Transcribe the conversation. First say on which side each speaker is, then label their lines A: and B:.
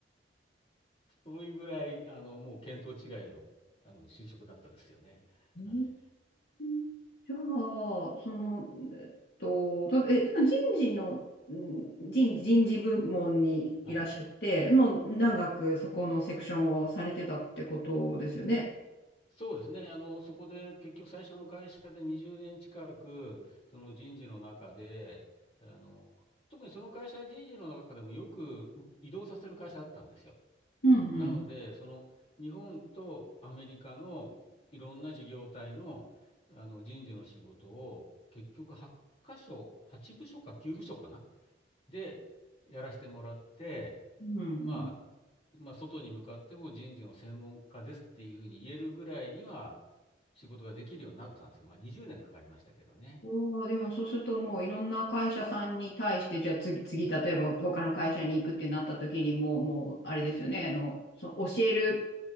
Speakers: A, on the left; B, on the left.
A: <laughs> そういうぐらい、あの、もう見当違いの、あの就職だったですよね。
B: うー
A: はい。
B: んじゃあ、その、えっと、たえ、でも人事の、ん人、人事部門にいらっしゃって、
A: はい。
B: もう長くそこのセクションをされてたってことですよね。
A: はいそうですね。あの、そこで結局最初の会社で20年近くその人事の中で、あの、特にその会社は人事の中でもよくう移動させる会社だったんですよ。
B: うん、うん、
A: なので、その日本とアメリカのいろんな事業体の、あの人事の仕事を結局8箇所、8部署か9部署かな、でやらせてもらって、
B: うん。うんうん
A: まあ、まあ、外に向かっても人事の専門家ですっていうふうに言えるぐらいには仕事ができるようになったんですよ。まあ、20年かかりましたけどね。
B: おー、でもそうするともういろんな会社さんに対して、じゃあ次、次、例えば他の会社に行くってなった時にもう、もう、あれですよね、あの、そ、教える